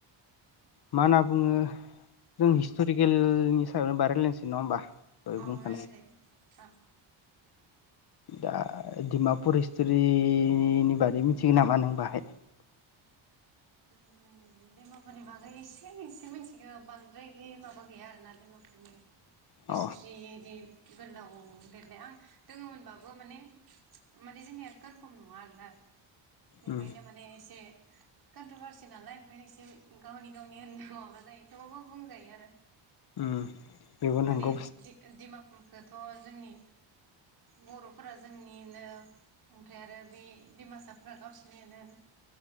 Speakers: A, on the left (about 50°); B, on the right (about 50°).
A: मा होनना बुङो जों
B: अ
A: हिस्ट'रिकेलनि सायावनो बाय रायलायनोसै नङा होमबा। दहाय
B: अ
A: बुंखानाय
B: रायलाय जायो अ
A: दा डिमापुर हिस्ट'रिनि बागै मिथियो नामा नों बाहाय?
B: उम डिमापुरनि बागै इसे एसे मिथिगो बांद्राय इदि माबा गैया आरोना ना डिमा पुरनि
A: अ
B: हिस्ट्रि इदि गोलाव लिरनाय आं दोङोमोनबाबो माने माने जोंनिया कनफार्म नङा आरोना
A: उम
B: ओंखायनो माने एसे कन्ट्रभारसि नालाय ओंखायनो एसे गावनि गावनि होनना माबा जायो थेवबाबो बुंजायो आरो।
A: उम बेबो नंगौ
B: माने डि-डिमा पुराथ' जोंनि बर'फोरा जोंनिनो ओमफ्राय आरो बि डिमासाफोरा गावसिनि होनो।